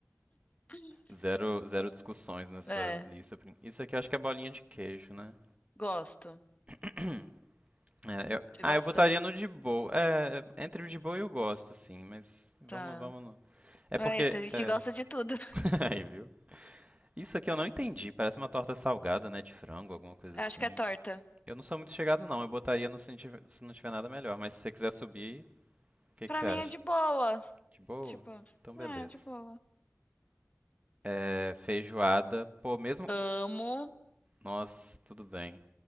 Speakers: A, on the left; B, on the right.
A: <clears throat>
B: Zero, zero discussões nessa
A: É,
B: lista. Isso aqui eu acho que é bolinha de queijo, né?
A: gosto.
B: <clears throat> É, eu-
A: Você
B: Ah,
A: gosta?
B: eu botaria no de boa. É, é, entre o de boa e o gosto, assim, mas vamos,
A: Tá.
B: vamos no. É
A: Eita,
B: porque.
A: a gente
B: É.
A: gosta de tudo.
B: <laughs> Aí, viu? Isso aqui eu não entendi. Parece uma torta salgada, né? De frango, alguma
A: <laughs>
B: coisa
A: Acho
B: assim.
A: que é torta.
B: Eu não sou muito chegado, não. Eu botaria no se não tiver, se não tiver nada melhor. Mas se você quiser subir, o que
A: Pra
B: que você
A: mim
B: acha?
A: é de boa.
B: De boa?
A: Tipo,
B: Então, beleza.
A: é, de boa.
B: É, feijoada. Pô, mesmo.
A: Amo.
B: Nossa, tudo bem.